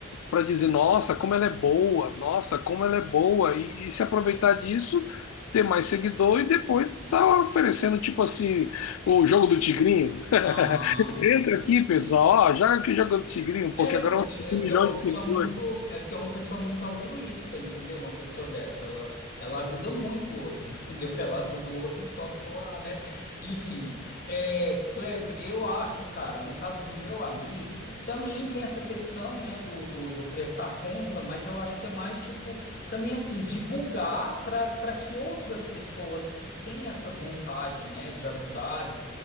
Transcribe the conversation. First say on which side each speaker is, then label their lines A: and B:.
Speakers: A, on the left; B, on the left.
A: para dizer, nossa, como ela é boa, nossa, como ela é boa, e, e se aproveitar disso, ter mais seguidor e depois tá oferecendo, tipo assim, o jogo do tigrinho,
B: aham.
A: Entra aqui, pessoal, ó, joga aqui o jogo do Tigrinho, porque
B: É
A: agora
B: porque,
A: eu vou ter
B: é
A: um
B: porque
A: milhão
B: é uma pessoa
A: de seguidores.
B: muito, é porque é uma pessoa muito altruísta, entendeu? Uma pessoa dessa, ela, ela ajuda muito o outro, <laughs> entendeu? Ela ajuda o outro só suar, né? Enfim, é, Kleber, eu acho, cara, no caso do meu amigo, também tem essa questão, né, do, do, do prestar conta, mas eu acho que é mais tipo, também assim, divulgar para para que outras pessoas que têm essa vontade, né, de ajudar,